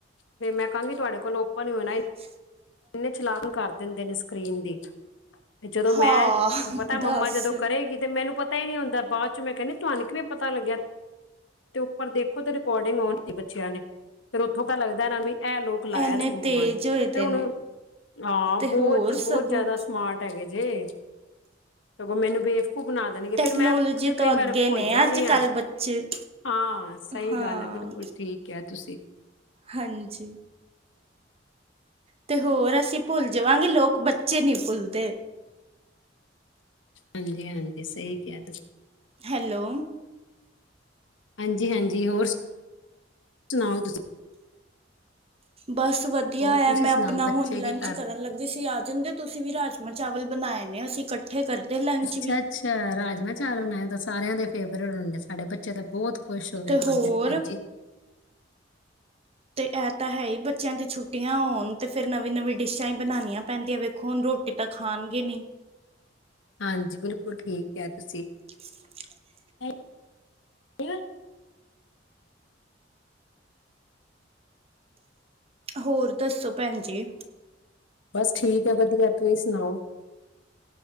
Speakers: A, on the left; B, on the right.
A: ਫਿਰ ਮੈਂ ਕਹਾਂਗੀ ਤੁਹਾਡੇ ਕੋਲ ਓਪਨ ਨਹੀ ਹੋਣਾ ਇਹ।
B: <unintelligible>
A: ਕਿੰਨੇ ਚਲਾਕ ਕਰ ਦਿੰਦੇ ਨੇ ਸਕਰੀਨ ਦੀ। ਤੇ ਜਦੋਂ ਮੈਂ,
B: ਹਾਂ
A: ਪਤਾ ਮੰਮਾ
B: ਦੱਸ
A: ਜਦੋਂ ਕਰੇਗੀ ਤੇ ਮੈਨੂੰ ਪਤਾ ਪਤਾ ਹੀ ਨੀ ਹੁੰਦਾ ਬਾਅਦ 'ਚ ਮੈਂ ਕਹਿੰਦੀ ਤੁਹਾਨੂੰ ਵੀ ਪਤਾ ਲੱਗਿਆ। ਤੇ ਉੱਪਰ ਦੇਖੋ ਤੇ ਰਿਕਾਰਡਿੰਗ ਔਨ ਸੀ ਬੱਚਿਆਂ ਨੇ, ਫਿਰ ਉਥੋਂ ਪਤਾ ਲੱਗਦਾ ਇਹਨਾ ਵੀ ਇਹ ਲੋਕ ਲਾਇਆ
B: ਐਨੇ
A: ਸੀ ਮੰਮਾ
B: ਤੇਜ਼
A: ਨੇ,
B: ਹੋਏ
A: ਫਿਰ
B: ਦੇ
A: ਹੁਣ
B: ਨੇ।
A: ਹਾਂ
B: ਤੇ
A: ਬਹੁਤ
B: ਹੋਰ
A: ਬਹੁਤ
B: ਸਗੋਂ
A: ਜਿਆਦਾ ਸਮਾਰਟ ਹੈਗੇ ਜੇ, ਸਗੋਂ ਮੈਨੂੰ ਬੇਵ ਬੇਵਕੂਫ ਬਣਾ ਦੇਣਗੇ
B: ਟੈਕਨੋਲੋਜੀ
A: ਫਿਰ ਮੈਂ ਖੁੱਦ ਕਈ
B: ਤੋਂ
A: ਵਾਰ
B: ਅੱਗੇ
A: ਭੁੱਲ
B: ਨੇ
A: ਜਾਨੀ
B: ਅੱਜ-ਕੱਲ੍ਹ
A: ਆ।
B: ਬੱਚੇ।
A: ਹਾਂ ਸਹੀ
B: ਹਾਂ
A: ਗੱਲ ਹੈ ਬਿਲਕੁਲ ਠੀਕ ਕਿਹਾ ਤੁਸੀਂ।
B: ਹਾਂਜੀ ਤੇ ਹੋਰ ਅਸੀਂ ਭੁੱਲ ਜਾਵਾਂਗੇ ਲੋਕ ਬੱਚੇ ਨਹੀਂ ਭੁੱਲਦੇ।
A: ਹਾਂਜੀ-ਹਾਂਜੀ ਸਹੀ ਕਿਹਾ ਤੁਸੀਂ।
B: ਹੈਲੋ
A: ਹਾਂਜੀ-ਹਾਂਜੀ ਹੋਰ, ਸੁਣਾਓ ਤੁਸੀਂ।
B: ਬਸ ਵਧੀਆ
A: ਹੋਰ
B: ਹੈ
A: ਤੁਸੀਂ
B: ਮੈਂ
A: ਸੁਣਾਓ
B: ਆਪਣਾ
A: ਬੱਚੇ
B: ਹੁਣ ਲੰਚ
A: ਕੀ ਕਰ
B: ਕਰਨ ਲੱਗੀ ਸੀ ਆ ਜਾਂਦੇ ਤੁਸੀਂ ਵੀ ਰਾਜਮਾਂਹ ਚਾਵਲ ਬਣਾਏ ਨੇ ਅਸੀਂ ਇਕੱਠੇ ਕਰਦੇ ਲੰਚ
A: ਅੱਛਾ-ਅੱਛਾ,
B: ਵੀ।
A: ਰਾਜਮਾਂਹ ਚਾਵਲ ਬਣਾਏ ਤਾਂ ਸਾਰਿਆਂ ਦੇ ਫੇਵਰੇਟ ਹੁੰਦੇ ਸਾਡੇ ਬੱ ਬੱਚੇ ਤਾਂ ਬਹੁਤ ਖੁਸ਼ ਹੋ ਗਏ
B: ਤੇ
A: ਖਾਂਦੇ
B: ਹੋਰ
A: ਭੈਣਜੀ।
B: ਤੇ ਐ ਤਾਂ ਹੈ ਹੀ ਬੱਚਿਆਂ ਦੀ ਛੁੱਟੀਆਂ ਹੋਣ ਤੇ ਫਿਰ ਨਵੀਂ ਨਵੀਂ-ਨਵੀਂ ਡਿਸ਼ਾਂ ਹੀ ਬਣਾਉਣੀਆਂ। ਭੈਣ ਜੀ ਆ ਵੇਖੋ ਹੁਣ ਰੋਟੀ ਤਾਂ ਖਾਣਗੇ ਨਹੀਂ।
A: ਹਾਂਜੀ ਬਿਲਕੁਲ ਠੀਕ ਕਿਹਾ ਤੁਸੀਂ।
B: <unintelligible>
A: <unintelligible>
B: ਹੋਰ ਦੱਸੋ ਭੈਣ ਜੀ?
A: ਬਸ ਠੀਕ ਆ ਵਧੀਆ। ਤੁਸੀਂ ਸੁਣਾਓ?